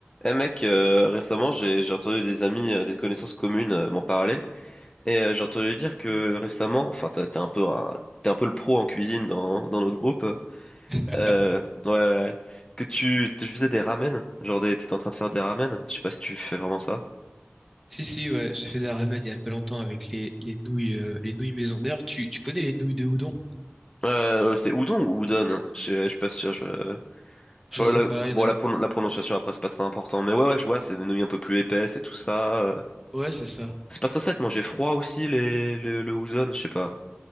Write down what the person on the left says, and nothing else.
Eh mec, euh, récemment j'ai j'ai entendu des amis, euh, des connaissances communes euh, m'en parler et euh, j'ai entendu dire que récemment, enfin t'es t'es un peu un, t'es un peu le pro en cuisine dans dans notre groupe,
euh, ouais, ouais, ouais. que tu tu faisais des ramen, genre des- t'étais en train de faire des ramen, je sais pas si tu fais vraiment ça.
Euh, ouais, c'est udon ou udon, hein. je sais- je suis pas sûr. Je...
Faut
la-
bon
la,
pronon- la prononciation après c'est pas très important, mais ouais ouais je vois c'est des nouilles un peu plus épaisses et tout ça. euh.
C'est pas censé être manger froid aussi les, le le udon, je sais pas.